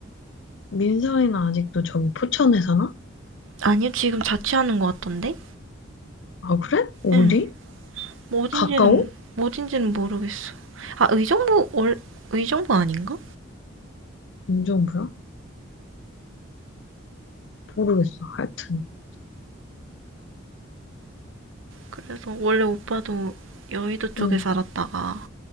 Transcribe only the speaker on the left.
민상이는 아직도 저기 포천에 사나?
아, 그래? 어디?
가까워?
인정부야 모르겠어. 하여튼.
응,